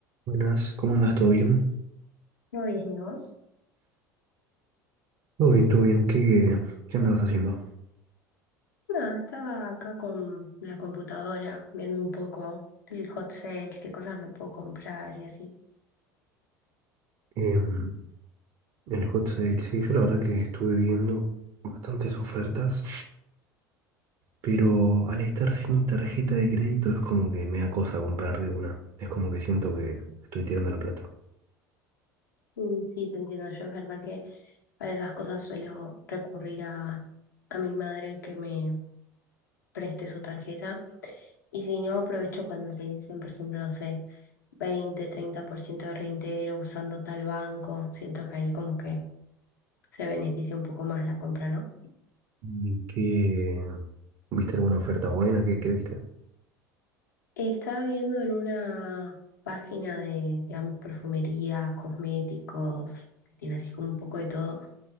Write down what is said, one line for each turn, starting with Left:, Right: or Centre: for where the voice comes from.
Right: Buenas, ¿cómo andas? ¿Todo bien?
Left: Muy bien, ¿y vos?
Right: Todo bien, todo bien. ¿Qué, qué andabas haciendo?
Left: Nada, estaba acá con la computadora viendo un poco el hot sale, qué cosas me puedo comprar y así.
Right: Em, el hot sale, sí, yo la verdad que estuve viendo bastantes ofertas, pero al estar sin tarjeta de crédito es como que me da cosa comprar de una. Es como que siento que estoy tirando la plata.
Left: Mm, Sí, te entiendo. Yo es verdad que para esas cosas suelo recurrir a, a mi madre que me preste su tarjeta. Y si no, aprovecho cuando te dicen, por ejemplo, no sé, veinte treinta por ciento de reintegro usando tal banco. Siento que ahí como que se beneficia un poco más la compra, ¿no?
Right: ¿Y qué? ¿Viste alguna oferta buena? ¿Qué, qué viste?
Left: Estaba viendo en una página de, digamos, perfumería, cosméticos, que tiene así como un poco de todo,